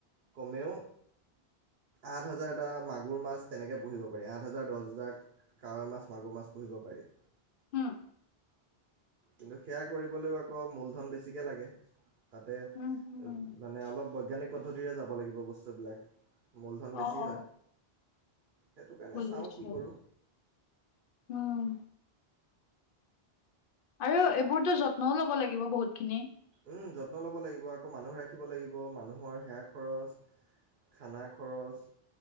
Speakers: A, on the right; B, on the left.
A: কমেও আঠ হাজাৰটা মাগুৰ মাছ। তেনেকে পুহিব পাৰি আঠ হাজাৰ দহ হাজাৰ কাৱৈ মাছ, মাগুৰ মাছ পুহিব পাৰি।
B: উম।
A: কিন্তু সেয়া কৰিবলৈও আকৌ মূলধন বেছিকে লাগে। তাতে
B: উম উম
A: মানে অলপ বৈজ্ঞানিক। পদ্ধতিৰে যাব লাগিব বস্তুবিলাক। মূলধন বেছি
B: অ- অ
A: হয় সেইটো কাৰণে
B: বুজিছো
A: চাওঁ কি কৰোঁ
B: উম আৰু এইবোৰতো যত্নও লব লাগিব বহুত খিনি
A: উম যত্ন ল'ব লাগিব আকৌ মানুহ ৰাখিব লাগিব মানুহৰ সেয়াা খৰচ খানা খৰচ।